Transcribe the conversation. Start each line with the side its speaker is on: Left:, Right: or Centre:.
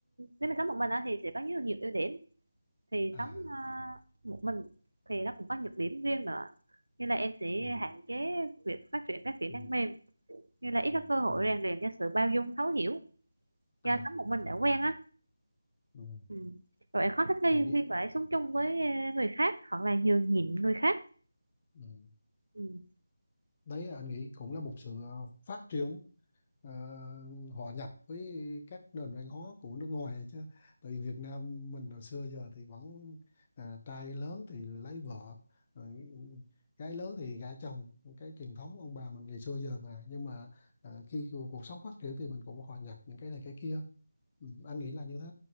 Right: nếu mà sống một mình á, thì sẽ có nhiều nhiều ưu điểm thì
Left: à
Right: sống ờ, một mình thì nó cũng có nhược điểm riêng nữa như là em sẽ
Left: ừ,
Right: hạn chế việc phát triển các kỹ
Left: ừ,
Right: năng mềm như là ít
Left: ừ,
Right: có cơ hội
Left: à,
Right: rèn luyện cho sự bao dung thấu hiểu do
Left: à
Right: sống một mình đã quen á
Left: ừ,
Right: Ừ. Rồi bạn khó thích nghi
Left: tôi nghĩ
Right: khi phải sống chung với ờ, người khác hoặc là nhường nhịn người khác.
Left: ừ.
Right: Ừ.
Left: đấy là anh nghĩ cũng là một sự ờ, phát triển ờ, hòa nhập với các nền văn hóa của nước ngoài chứ tại vì Việt Nam mình hồi xưa giờ thì vẫn à, trai lớn thì lấy vợ rồi gái lớn thì gả chồng cái truyền thống ông bà mình ngày xưa giờ mà nhưng mà à, khi cuộc cuộc sống phát triển thì mình cũng hòa nhập những cái này cái kia Ừ, anh nghĩ là như thế